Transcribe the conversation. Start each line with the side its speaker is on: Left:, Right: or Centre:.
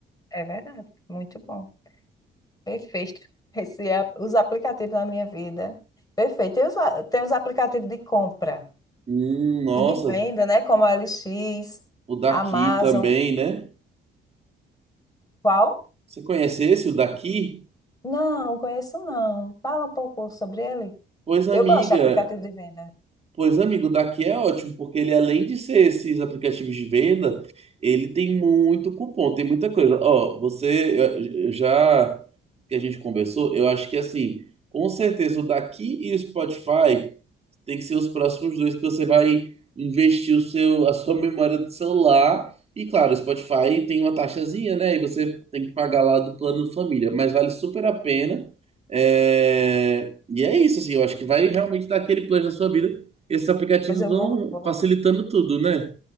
Left: É verdade. Muito bom. Perfeito. Esse, é a- os aplicativos na minha vida. Perfeito. Tem os, a- tem os aplicativos de compra.
Right: Hum, nossa,
Left: E de venda, né? Como a LX,
Right: o daqui
Left: Amazon.
Right: também, né?
Left: Qual?
Right: Você conhece esse, o daqui?
Left: Não, conheço não. Fala um pouco sobre ele.
Right: Pois amiga,
Left: Eu gosto de aplicativo de venda.
Right: pois amigo, o daqui é ótimo, porque ele além de ser esses aplicativos de venda, ele tem muito cupom, tem muita coisa. Ó, você eu- eu já que a gente conversou, eu acho que assim, com certeza o daqui e o Spotify Tem que ser os próximos dois que você vai investir o seu, a sua memória do celular. E claro, o Spotify tem uma taxazinha, né? E você tem que pagar lá do plano família, mas vale super a pena. É, E é isso, assim, eu acho que vai realmente dar aquele plano na sua vida. Esses aplicativos
Left: Pois eu
Right: vão
Left: vou, vou-
Right: facilitando tudo, né?